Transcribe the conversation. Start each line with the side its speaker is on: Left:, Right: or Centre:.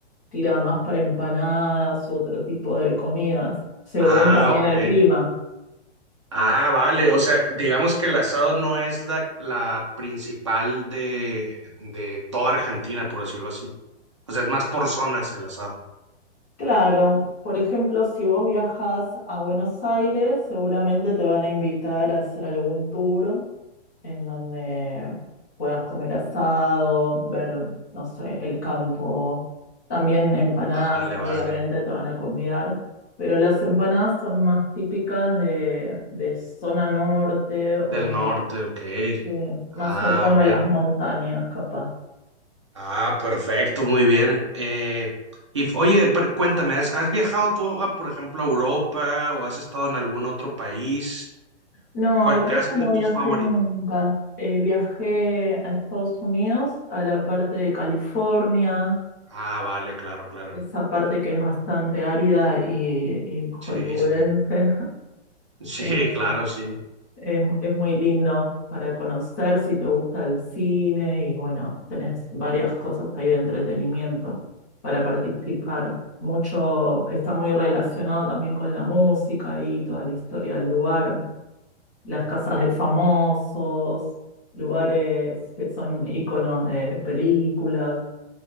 Left: tira más para empanadas u otro tipo de comidas, según
Right: Ah,
Left: también
Right: ok.
Left: el clima.
Right: Ah, vale, o sea, digamos que el asado no es la, la principal de, de toda Argentina, por decirlo así. O sea, es más por zonas el asado.
Left: Claro, por ejemplo, si vos viajas a Buenos Aires, seguramente te van a invitar a hacer algún tour en donde puedas comer asado, ver, no sé, el campo. También empanadas,
Right: Vale,
Left: obviamente,
Right: vale.
Left: te van a convidar, pero las empanadas son más típicas de, de zona norte o
Right: Del
Left: de,
Right: norte, ok.
Left: de
Right: Ah,
Left: más cercano
Right: ok.
Left: a las montañas, capaz.
Right: Ah, perfecto, muy bien. Eh, y f- oye, per- cuéntame, ¿has, has viajado tú, a, por ejemplo, a Europa o has estado en algún otro país?
Left: No,
Right: ¿Cuál,
Left: a Europa
Right: qué has sido
Left: no
Right: tus
Left: viajé
Right: favoritos?
Left: nunca. Eh, viajé a Estados Unidos, a la parte de California,
Right: Ah, vale, claro, claro.
Left: esa parte que es bastante árida y, y hollywoodense.
Right: Sí, sí. <laughs> Sí,
Left: <laughs>
Right: claro, sí.
Left: Es, es muy lindo para conocer si te gusta el cine y bueno, tenés varias cosas ahí de entretenimiento para participar. Mucho está muy relacionado también con la música y toda la historia del lugar, las casas de famosos, lugares que son iconos de películas,